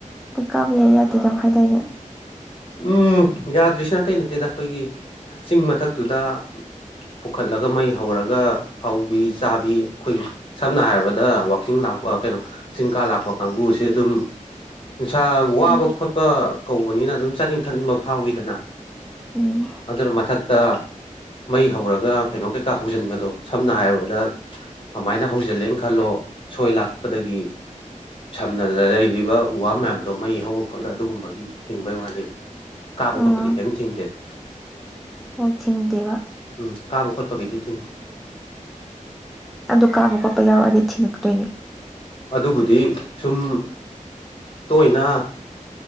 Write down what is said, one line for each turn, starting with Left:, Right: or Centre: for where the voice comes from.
Centre: ꯀꯥꯕ ꯌꯥꯏ ꯌꯥꯗꯦ ꯀꯩꯝ ꯍꯥꯏꯗꯥꯏꯅꯦ
Left: ꯎꯝ ꯌꯥꯗ꯭ꯔꯤꯁꯨ ꯅꯅꯥꯇꯩ ꯅꯠꯇꯦꯗ ꯑꯩꯈꯣꯏꯒꯤ ꯆꯤꯡ ꯃꯊꯛꯇꯨꯗ ꯄꯨꯈꯠꯂꯒ ꯃꯩ ꯍꯧꯔꯒ ꯍꯧꯕꯤ ꯆꯥꯕꯤ ꯑꯩꯈꯣꯏꯒꯤ ꯁꯝꯅ ꯍꯥꯏꯔꯕꯗ ꯋꯥꯋꯥꯛꯀꯤꯡ ꯂꯥꯛꯄ ꯀꯩꯅꯣ ꯆꯤꯡꯀꯥ ꯂꯥꯛꯄ ꯀꯥꯡꯕꯨꯁ ꯑꯗꯨꯝ ꯅꯨꯡꯁꯥ ꯋꯥꯕ
Centre: ꯎꯝ
Left: ꯈꯣꯠꯄ ꯀꯧꯕꯅꯤꯅ ꯑꯗꯨꯝ ꯆꯥꯅꯤꯡ ꯊꯛꯅꯤꯡꯕ ꯐꯥꯎꯋꯤꯗꯅ
Centre: ꯎꯝ
Left: ꯑꯗꯨꯅ ꯃꯊꯛꯇ ꯃꯩ ꯍꯧꯔꯒ ꯀꯩꯅꯣ ꯀꯩꯀꯥ ꯍꯧꯖꯤꯟꯕꯗꯣ ꯁꯝꯅ ꯍꯥꯏꯔꯕꯗ ꯑꯗꯨꯃꯥꯏꯅ ꯍꯧꯖꯤꯜꯂꯦꯅ ꯈꯜꯂꯣ ꯁꯣꯏ ꯂꯥꯛꯄꯗꯒꯤ ꯁꯝꯅ ꯂꯩꯔꯤꯕ ꯎ ꯋꯥ ꯃꯌꯥꯝꯗꯣ ꯃꯩ ꯍꯧꯔ ꯈꯣꯠꯂ ꯑꯗꯨꯒꯨꯝꯕꯒꯤ ꯊꯤꯡꯕꯩ ꯋꯥꯅꯤ ꯀꯥꯕ
Centre: ꯑꯥ
Left: ꯈꯣꯠꯄꯗꯤ ꯀꯩꯝ ꯊꯤꯡꯗꯦꯗ
Centre: ꯑꯣ ꯊꯤꯡꯗꯦꯕ
Left: ꯎꯝ ꯀꯥꯕꯈꯠ ꯄꯒꯤꯗꯤ ꯊ
Centre: ꯑꯗꯨ ꯀꯥꯕ ꯈꯣꯠꯄ ꯌꯥꯎꯔꯛꯑꯗꯤ ꯊꯤꯡꯉꯛꯇꯣꯏꯅꯦ
Left: ꯑꯗꯨꯕꯨꯗꯤ ꯁꯨꯝ ꯇꯣꯏꯅ